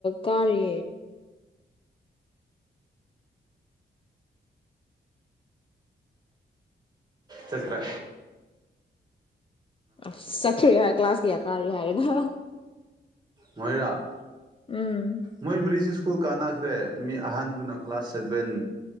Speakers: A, on the left; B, on the right.
A: ꯀꯥꯔꯤ
B: ꯆꯠꯀ꯭ꯔ
A: ꯑꯁ ꯆꯠꯠꯇꯦ ꯍꯥꯏꯔꯦ ꯀ꯭ꯂꯥꯁ ꯀꯌꯥ ꯀꯥꯔꯤ ꯍꯥꯏꯔꯥꯒ
B: ꯃꯣꯏꯔꯥ
A: ꯎꯝ
B: ꯃꯣꯏ ꯃꯔꯤꯁ ꯁ꯭ꯀꯨꯜ ꯀꯥꯟꯅꯈ꯭ꯔꯦ ꯃꯤ ꯑꯍꯟꯗꯨꯅ ꯀ꯭ꯂꯥꯁ ꯁꯚꯦꯟ